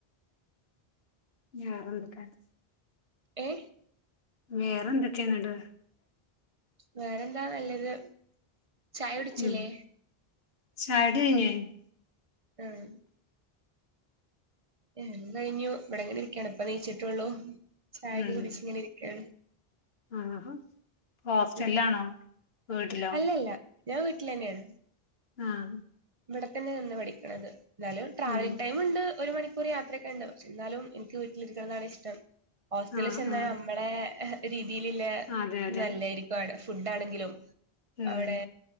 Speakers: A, on the left (about 75°); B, on the right (about 35°).
A: <unintelligible>
B: ഏഹ്
A: വേറെന്തൊക്കെയാന്നിട്ട്
B: വേറെന്താ നല്ലത് ചായ കുടിച്ചില്ലേ
A: ഉം ചായകുടി കയിഞ്ഞാ
B: ഉം ഉം കയിഞ്ഞു ഇവിടെങ്ങനിരിക്കാണ് ഇപ്പ ദേ എണീച്ചിട്ടേള്ളൂ ചായൊക്കെ
A: ഉം
B: കുടിച്ച് ഇങ്ങനെ ഇരിക്കാണ്
A: ആഹാ ഹോസ്റ്റൽലാണോ
B: ഉം
A: വീട്ടിലോ
B: അല്ലല്ല ഞാൻ വീട്ടിലന്നെയാണ്
A: ആഹ്
B: ഇവിടെ തന്നെ നിന്ന് പഠിക്കണത് എന്നാലും ട്രാവൽ
A: ഉം
B: ടൈം ഉണ്ട് ഒരു മണി ക്കൂറ് യാത്രയൊക്കെ ഉണ്ട് പക്ഷെ എന്നാലും എനിക്ക് വീട്ടിലിരിക്കണതാണ് ഇഷ്ടം ഹോസ്റ്റലിൽ
A: ആഹ്
B: ചെന്നാ
A: ആഹ്
B: മ്മളെ രീതിയിലില്ല
A: അതെ അതെ
B: നല്ലേരിക്കും അവിടെ ഫുഡാണെങ്കിലും
A: ഉം
B: അവിടെ